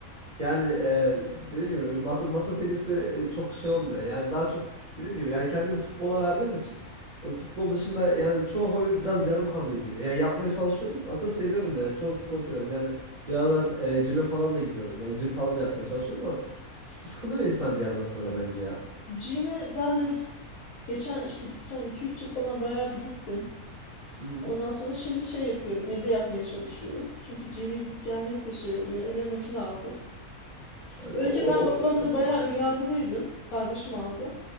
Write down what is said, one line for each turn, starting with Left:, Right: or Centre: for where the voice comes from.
Right: Yani e, dediğim gibi masa masa tenisi e, çok şey olmuyor. Yani daha çok dediğim gibi yani kendimi futbola verdiğim için e, futbol dışında yani çoğu hobi biraz yarım kalıyor gibi. Yani yapmaya çalışıyorum. Aslında seviyorum da yani çoğu sporu severim. Yani bir aralar e, cime falan da gidiyordum. Yani cim falan da yapmaya çalışıyordum ama sıkılıyor insan bir yerden sonra bence ya.
Left: Gym'e ben de geçen işte son iki üç yıl falan bayağı bir gittim.
Right: Hı hı.
Left: Ondan sonra şimdi şey yapıyorum. Evde yapmaya çalışıyorum. Çünkü gym'e gidip gelmek de şey oluyor. Eve makine aldık.
Right: Yani
Left: Önce
Right: o, o
Left: ben
Right: o
Left: ba- bu
Right: da
Left: arada
Right: çok
Left: bayağı
Right: mantıklı.
Left: önyargılıydım. Kardeşim aldı.